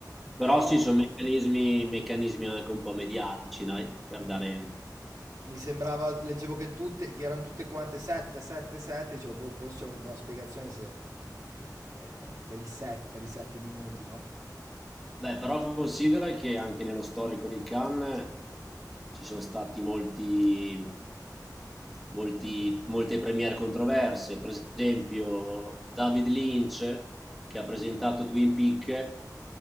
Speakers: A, in the centre; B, on the right (about 55°).
A: Però
B: Però
A: sì, sono meccanismi, meccanismi anche un po' mediatici, dai, per dare...
B: mi sembrava, leggevo che tutte, che erano tutte quante 7, 7, 7, dicevo, boh, forse c'è una spiegazione se, eh, per il set, per i 7 minuti, no?
A: Beh, però considera che anche nello storico di Cannes ci sono stati molti, molti- molte premiere controverse, per esempio David Lynch che ha presentato Twin Peak, e